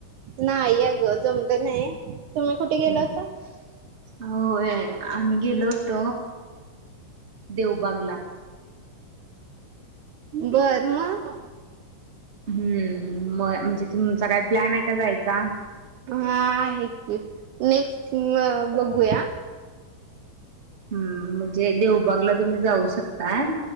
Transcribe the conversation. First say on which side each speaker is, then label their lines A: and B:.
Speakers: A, on the right (about 75°); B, on the right (about 25°).
A: नाही या ग जमलं नाही. तुम्ही कुठे गेला
B: हम्
A: होता
B: होवे. आम्ही गेलो होत देवबागला.
A: बर मग.
B: हम्म म म्हणजे तुमचा काय प्लॅन आहे, का जायचा.
A: हा आहे की. नेक्स्ट म बघूया.
B: हम्म म्हणजे देवबागला तुम्ही जाऊ शकताय.